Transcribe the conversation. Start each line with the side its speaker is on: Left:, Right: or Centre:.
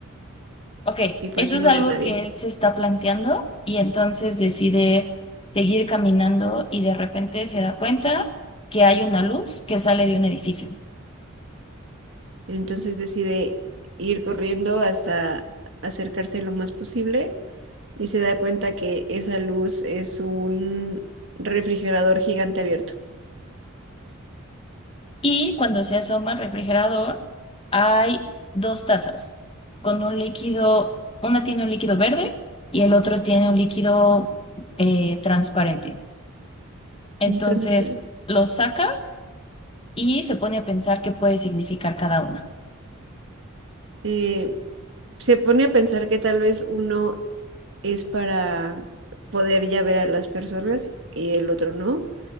Left: Ok,
Right: y por
Left: eso
Right: eso
Left: es
Right: no
Left: algo
Right: ve a nadie.
Left: que él se está planteando y entonces decide seguir caminando y de repente se da cuenta que hay una luz que sale de un edificio.
Right: Entonces decide ir corriendo hasta acercarse lo más posible y se da cuenta que esa luz es un refrigerador gigante abierto.
Left: Y cuando se asoma al refrigerador, hay dos tazas con un líquido, una tiene un líquido verde y el otro tiene un líquido eh, transparente. Entonces
Right: Entonces,
Left: lo saca y se pone a pensar qué puede significar cada una.
Right: eh, se pone a pensar que tal vez uno es para poder ya ver a las personas y el otro no,